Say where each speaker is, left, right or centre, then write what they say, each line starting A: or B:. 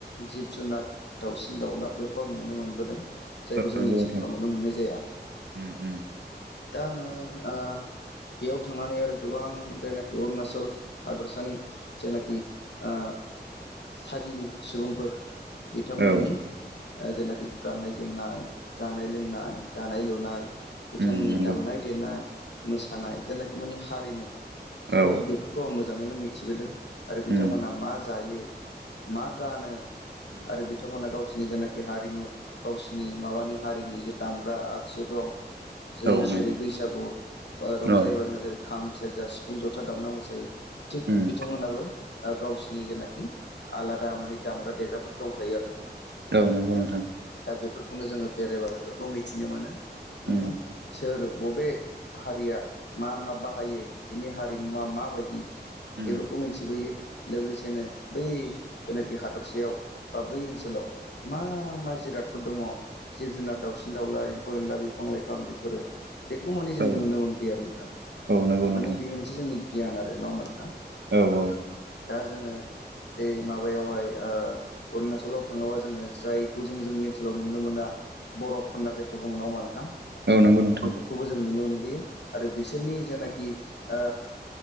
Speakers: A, on the left (about 85°); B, on the right (about 85°).
A: जिब जुनार दाउसिन दाउलाफोरखौ आं नुनो मोनबोदों। जायखौ जोंनि
B: नंगौ
A: ओनसोलफोराव
B: नोंथां
A: नुनो मोननाय जाया।
B: उम उम
A: दा आङो आह बेयाव थांनानै आरो गोबां जायनाखि अरुनााचल हादरसानि जेनोखि आ थागिबि सुबुंफोर बिथांमोननि
B: औ
A: ओ जेनाखि गाननाय जोमनाय जानाय लोंनाय दानाय लुनाय बिथांमोननि
B: उम नंगौ
A: दामनाय देनाय मोसानाय जेनाखि माने हारिमु
B: औ
A: ओ बेफोरखौ आं मोजाङैनो मिथिबोदों आरो बिथांमोना
B: उम
A: मा जायो? मा गानो
B: उम
A: आरो बिथांमोना गावसिनि जेनाखि हारिमु गावसिनि माबानि हारिनि जे दामग्रा आगजु दं जोंहा
B: औ नंगौ
A: जेरै बैसागु ओ रंजायोबा
B: औ
A: जोंहा जेरै खाम सेरजा सिफुं जथा दामना मोसायो थिग
B: उम
A: बिथांमोनाबो ओ गावसिनि जेनाखि आलादा माने दामग्रा देग्राफोर दंखायो आरो नोंथां।
B: औ नोंगौ नोंथां।
A: दा बेफोरखौनो जोङो बेरायबा बेफोरखौ मिथिनो मोनो नोंथां
B: उम
A: सोर बबे हारिया मा मा बाहायो? बिनि हारिमुवा मा- बायदि
B: उम
A: बेफोरखौ मिथिबोयो लोगोसेनो बै जेनाखि हादरसायाव बा बै ओनसोलाव मा मा जिराद- फोर दङ जिब जुनार दाउसिन दाउला एम्फौ एनला बिफां लाइफां बेफोरो बेखौ माने जों
B: औ
A: नुनो मोनबोयो आरो नोंथां
B: औ नंगौ
A: माने
B: नोंथां
A: बेयो मोनसे जोंनि गियान आरो नङा होमबा नोंथां?
B: औ औ।
A: दा जोङो दे माबायावहाय ओ अरुणाचलाव थाङोबा जोङो जायखौ जों जोंनि ओनोल- लाव नुनो मोना बरफ होनना जायखौ बुङो नङा होमबा नोंथां?
B: औ नंगौ नोंथां
A: बेफोरखौबो जों नुनो ओन- बोयो आरो बिसोरनि जेनाखि ओ